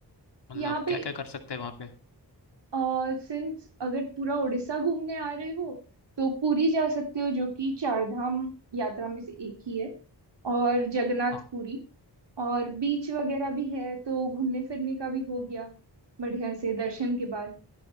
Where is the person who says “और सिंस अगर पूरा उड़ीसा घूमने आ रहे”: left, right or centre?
Right